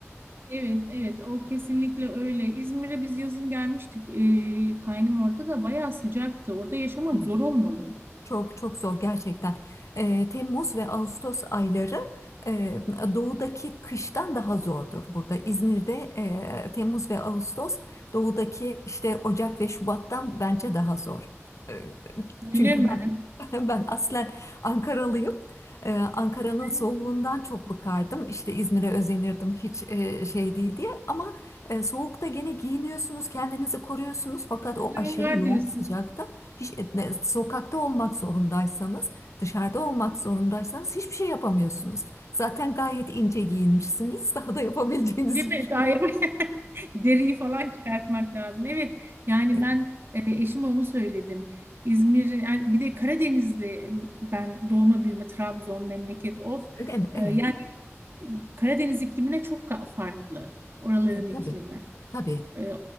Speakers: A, on the right (about 50°); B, on the left (about 80°).
A: Evet, evet o kesinlikle öyle. İzmir'e biz yazın gelmiştik. Ee, kaynım orada da bayağı sıcaktı. Orada yaşamak
B: Evet.
A: zor olmalı.
B: Çok çok zor gerçekten. Eee, Temmuz ve Ağustos ayları eee, doğudaki kıştan daha zordur burada. İzmir'de eee, Temmuz ve Ağustos doğudaki işte Ocak ve Şubat'tan bence daha zor. Eee, çünkü
A: Öyle mi?
B: <laughs> Ben aslen Ankaralıyım. Ee, Ankara'nın
A: Ay,
B: soğuğundan çok bıkardım. İşte İzmir'e özenirdim hiç e, şey değil diye. Ama e, soğukta gene giyiniyorsunuz, kendinizi koruyorsunuz. Fakat
A: Çözümü
B: o aşırı
A: var
B: yoğun
A: diyorsun.
B: sıcakta hiç e, ne- sokakta olmak zorundaysanız, dışarıda olmak zorundaysanız hiçbir şey yapamıyorsunuz. Zaten gayet ince giyinmişsiniz. <laughs> Daha da yapabileceğinizi
A: Değil mi?
B: düşünüyorum.
A: Daha yap-
B: <laughs>
A: <laughs> deriyi falan çıkartmak lazım. Evet yani
B: E,
A: ben e, eşime onu söyledim. İzmir'in yani bir de Karadenizli e, ben doğma büyüme Trabzon memleket of.
B: Öyle mi?
A: E,
B: Evet.
A: yani Karadeniz iklimine çok ka- farklı oraların
B: E,
A: iklimi.
B: tabii. Tabii.
A: Ee,